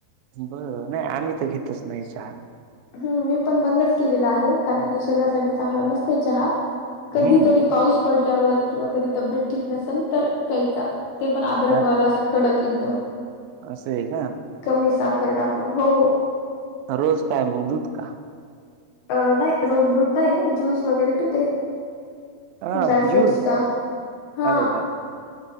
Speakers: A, on the right; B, on the left.
A: बर, नाही आम्ही तर घेतच नाही चहा.
B: हम्म मी पण बंदच केलेला आहे, कारण की शरीरासाठी चांगला नसतंय चहा. कधीतरी
A: हम्म
B: पाऊस पडल्यावर किंवा कधी तब्येत ठीक नसेल, तर प्यायचा. ते पण अद्रक
A: जास्त
B: वाला असा कडक एकदम.
A: असं हाय का?
B: कमी साखर टाकून, हो.
A: रोज काय मग दूध का?
B: अ नाही रोज दूध नाही, ज्यूस वगैरे पिते.
A: हा
B: ड्राय
A: ज्यूस
B: फ्रीट्सचा, हा.
A: अरे बाप